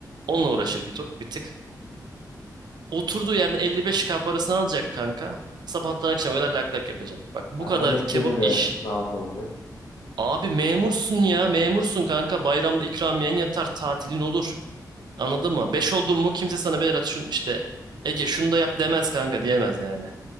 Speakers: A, on the right; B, on the left.
A: Onunla uğraşır bir tok bir tık. Oturduğu yerden 55K parasını alacak kanka. Sabahtan akşama kadar lak lak yapacak. Bak bu
B: Ha,
A: kadar
B: emekleri
A: kebap
B: de
A: iş.
B: rahat olacak.
A: Abi memursun ya memursun kanka. Bayramda ikramiyen yatar tatilin olur. Anladın mı? Beş oldun mu kimse sana Berat şun işte Ege şunu da yap demez kanka diyemez yani.